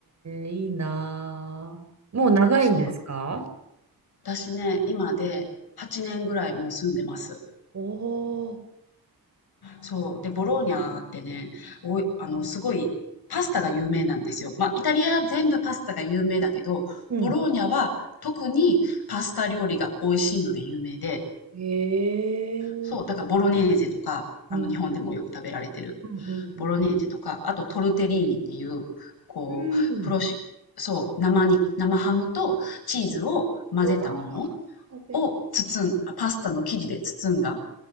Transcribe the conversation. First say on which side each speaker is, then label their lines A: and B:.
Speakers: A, on the right; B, on the left.
A: え、いいなあ。もう長いんですか
B: そう、私ね、今で8年ぐらいもう住んでます。
A: おおー。
B: そう。で、ボローニャってね、おい、あの、すごいパスタが有名なんですよ。まあ、イタリア全部パスタが有名だけど、
A: うん。
B: ボローニャは特にパスタ料理が美味しいので有名で、
A: へえ。
B: そう、だからボロネーゼとか、あの、
A: うん。
B: 日本でもよく食べられてる。
A: うんうんうん。
B: ボロネーゼとか、あとトルテリーニっていう、こう、
A: うん。
B: プロシ、そう、生に、生ハムとチーズを混ぜたもの
A: うわ、食べ、
B: を包ん、あパスタの生地で包んだ